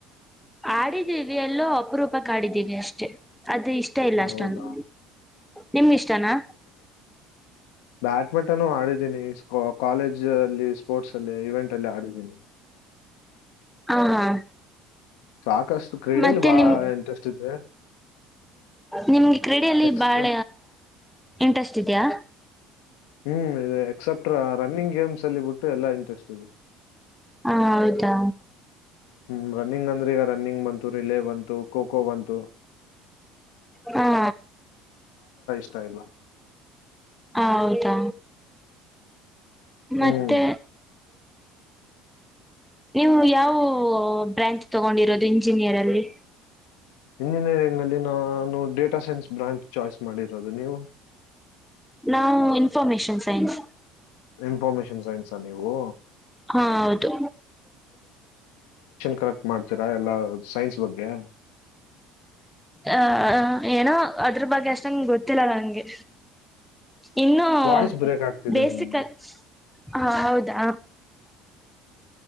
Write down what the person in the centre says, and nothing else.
ಆಡಿದ್ದೀವಿ ಎಲ್ಲೋ ಅಪರೂಪಕ್ ಆಡಿದ್ದೀವಿ ಅಷ್ಟೆ ಅದು ಇಷ್ಟ ಇಲ್ಲ
ಅಷ್ಟೊಂದು ನಿಮ್ಗೆ ಇಷ್ಟನಾ
ಹ ಹಾ
ಮತ್ತೆ
ನಿಮ
ನಿಮ್ಗೆ ಕ್ರೀಡೆಯಲ್ಲಿ
ಬಾಳ ಇಂಟ್ರೆಸ್ಟ್ ಇದೆಯಾ
ಹಾ ಹೌದಾ
ಹಾ
ಹೌದಾ ಮತ್ತೆ
ನೀವು ಯಾವ ಬ್ರಾಂಚ್ ತಗೊಂಡಿರೋದು ಇಂಜಿನಿಯರ್ ಅಲ್ಲಿ
ನಾವು ಇನ್ಫಾರ್ಮೇಶನ್ ಸೈನ್ಸ್
ಹಾ ಹೌದು
ಆ ಏನೋ ಅದ್ರ ಬಗ್ಗೆ ಅಷ್ಟಂಗ ಗೊತ್ತಿಲ್ಲ ನಂಗೆ ಇನ್ನುೂ
ಬೇಸಿಕ್
ಹಾ ಹೌದಾ